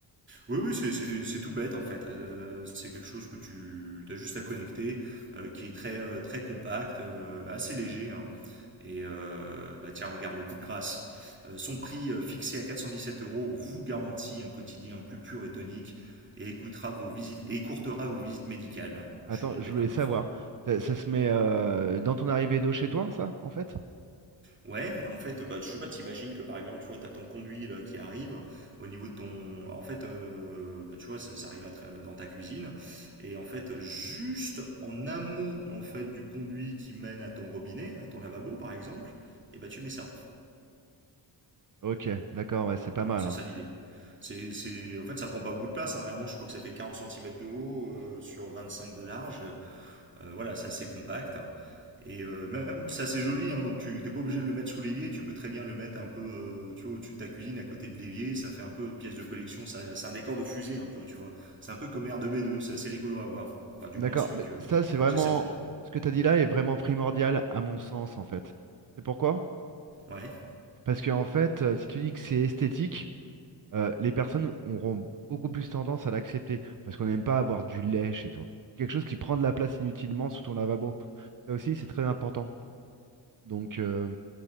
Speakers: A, on the right; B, on the right.
A: Oui, oui, c'est c'est- c'est tout bête en fait. Euh, c'est quelque chose que tu as juste à connecter, euh, qui est très, euh, très compact, euh, assez léger. hein. Et euh, bah tiens, regarde le coup de grâce. Euh, son prix euh, fixé à 417 euros vous garantit un quotidien plus pur et tonique et écoutera vos visites et écourtera vos visites médicales.
B: Attends,
A: Je suis allé peut-être
B: je voulais
A: un peu
B: savoir,
A: fort.
B: ça, ça se met euh, dans ton arrivée d'eau chez toi, ça, en fait?
A: Ouais, en fait, bah, je sais pas, t'imagines que par exemple, tu vois, t'as ton conduit là, qui arrive au niveau de ton. En fait, euh, bah, tu vois, ça, ça arrive à tra- dans ta cuisine. Et en fait, juste en amont en fait, du conduit qui mène à ton robinet, à ton lavabo par exemple, et bah, tu mets ça.
B: Ok, d'accord, ouais, c'est pas
A: Voilà,
B: mal,
A: c'est
B: hein.
A: ça l'idée. C'est, c'est... En fait, ça prend pas beaucoup de place. hein. Réellement, je crois que ça fait 40 centimètres de haut euh, sur cinq de large. Euh, voilà, c'est assez compact. Et euh, même, si c'est assez joli, hein, donc tu t'es pas obligé de le mettre sous l'évier, tu peux très bien le mettre un peu, euh, tu vois, au-dessus de ta cuisine, à côté de l'évier, ça fait un peu pièce de collection, ça- c'est un décor de fusée un peu, tu vois. C'est un peu comme R2B2, c'est assez rigolo à voir. Enfin, du
B: D'accord,
A: moins celui
B: mais
A: que
B: ça c'est vraiment
A: j'essaie de vendre.
B: ce que tu as dit là est vraiment primordial à mon sens en fait. C'est pourquoi?
A: Ouais.
B: Parce que en fait, euh, si tu dis que c'est esthétique, euh, les personnes auront beaucoup plus tendance à l'accepter parce qu'on n'aime pas avoir du lait chez toi, quelque chose qui prend de la place inutilement sous ton lavabo. Ça aussi, c'est très important. Donc euh,